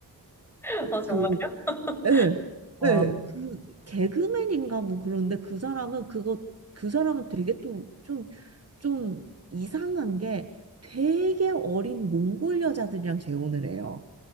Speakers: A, in the centre; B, on the right.
A: <laughs> 아, 정말요?
B: 그 예,
A: 어,
B: 예, 그 개그맨인가 뭐 그런데 그 사람은 그거 그 사람은 되게 또 좀 좀 이상한 게 되게 어린 몽골 여자들이랑 재혼을 해요.